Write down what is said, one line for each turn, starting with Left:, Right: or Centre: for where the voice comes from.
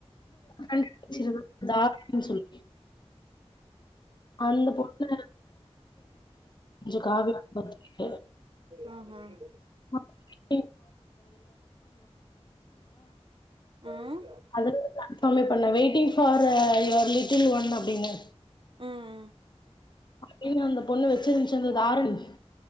Left: <inaudible> அந்த பொண்ணு <inaudible>
Right: ம் ம்
Left: <inaudible>
Right: ம்
Left: அதுலதா கன்பார்மே பண்ணே waiting for your little one அப்டினு
Right: ம்
Left: அப்டினு அந்த பொண்ணு வச்சிருந்துச்சு அந்த தாரணி